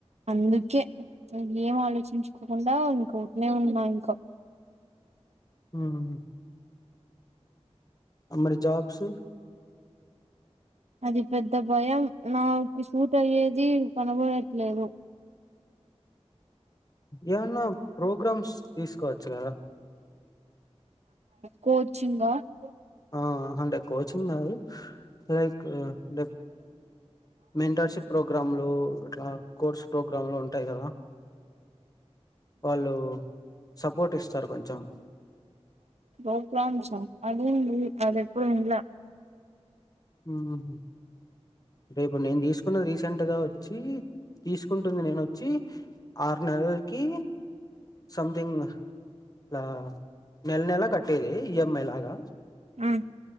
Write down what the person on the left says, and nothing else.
ఉం మరి జాబ్స్
ఏవన్నా ప్రోగ్రామ్స్ తీసుకోవచ్చు కదా
ఆ అంటే కోచింగ్ కాదు లైక్ అంటే మెంటర్షిప్ ప్రోగ్రామ్లు అట్లా కోర్స్ ప్రోగ్రామ్లు ఉంటాయి కదా వాళ్ళు సపోర్ట్ ఇస్తారు కొంచెం
ఉమ్ రేపు నేను తీసుకునేది రీసెంట్గా వచ్చి తీసుకుంటుంది నేనోచ్చి ఆరు నెలలకి సంథింగ్ ఇలా నెల నెలా కట్టేది ఈఎంఐ లాగా